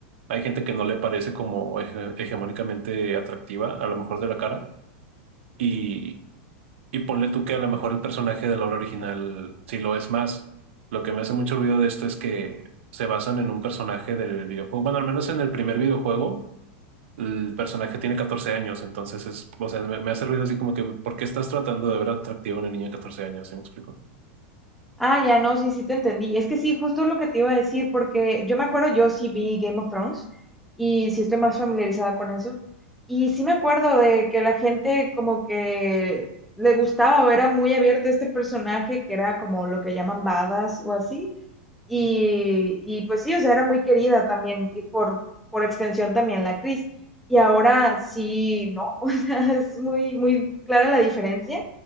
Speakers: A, on the right; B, in the centre.
A: hay gente que no le parece como hege- hegemónicamente atractiva, a lo mejor de la cara, y, y ponle tú que a lo mejor el personaje de la obra original sí lo es más. Lo que me hace mucho ruido de esto es que se basan en un personaje del videojuego, bueno, al menos en el primer videojuego el personaje tiene 14 años, entonces es, o sea, me, me hace ruido así como que, ¿por qué estás tratando de ver atractiva a una niña de 14 años? ¿Sí me explico?
B: Ah, ya no, sí, sí te entendí. Es que sí, justo lo que te iba a decir, porque yo me acuerdo, yo sí vi Game of Thrones y sí estoy más familiarizada con eso. Y sí me acuerdo de que la gente como que le gustaba o era muy abierta a este personaje que era como lo que llaman badas o así. Y, y, pues sí, o sea, era muy querida también, y por, por extensión también la actriz. Y ahora sí, ¿no? <laughs> O sea, es muy, muy clara la diferencia.